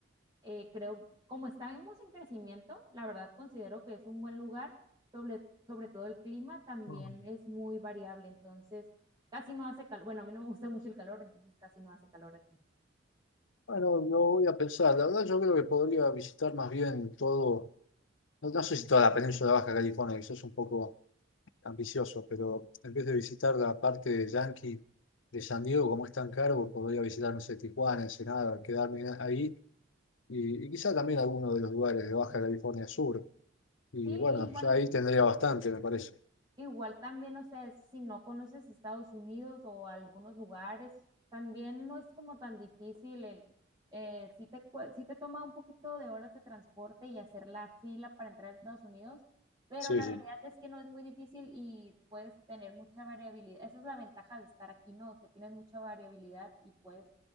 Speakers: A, on the right; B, on the left.
A: eh, creo, como estamos en crecimiento, la verdad considero que es un buen lugar, sobre, sobre todo el clima también
B: Ah.
A: es muy variable, entonces casi no hace calor, bueno, a mí no me gusta mucho el calor, entonces casi no hace calor aquí.
B: Bueno, lo voy a pensar. La verdad yo creo que podría visitar más bien todo, no, no sé si toda la península de Baja California, quizás un poco ambicioso, pero en vez de visitar la parte de Yankee de San Diego, como es tan caro, podría visitar, no sé, Tijuana, Ensenada, quedarme en- ahí y, y quizá también alguno de los lugares de Baja California Sur. Y
A: Sí,
B: bueno,
A: igual,
B: ya ahí tendría bastante, me parece.
A: Igual también, o sea, si no conoces Estados Unidos o algunos lugares, también no es como tan difícil el, eh, sí te, cue- sí te toma un poquito de horas de transporte y hacer la fila para entrar a Estados Unidos, pero
B: Sí,
A: la
B: sí.
A: realidad es que no es muy difícil y puedes tener mucha variabilidad. Esa es la ventaja de estar aquí, ¿no? Que tienes mucha variabilidad y puedes